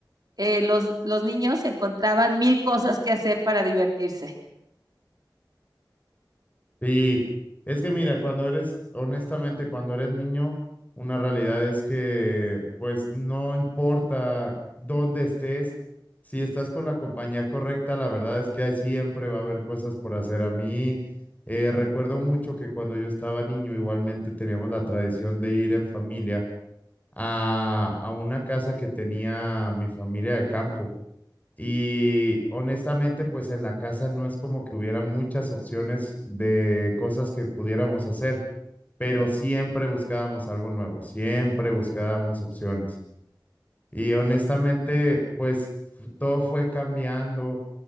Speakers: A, on the right; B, on the left.
A: eh, los, los niños encontraban mil cosas que hacer para divertirse.
B: Y es que mira, cuando eres, honestamente, cuando eres niño, una realidad es que pues no importa dónde estés, si estás con la compañía correcta, la verdad es que ahí siempre va a haber cosas por hacer. A mí eh, recuerdo mucho que cuando yo estaba niño igualmente teníamos la tradición de ir en familia a, a una casa que tenía mi familia de campo. Y honestamente, pues en la casa no es como que hubiera muchas opciones de cosas que pudiéramos hacer, pero siempre buscábamos algo nuevo, siempre buscábamos opciones. Y honestamente, pues f- todo fue cambiando